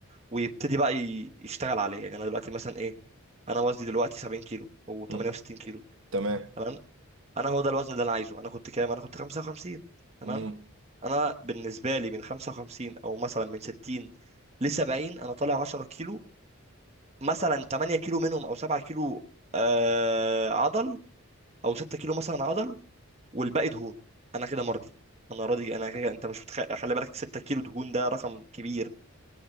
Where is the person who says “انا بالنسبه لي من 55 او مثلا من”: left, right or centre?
Right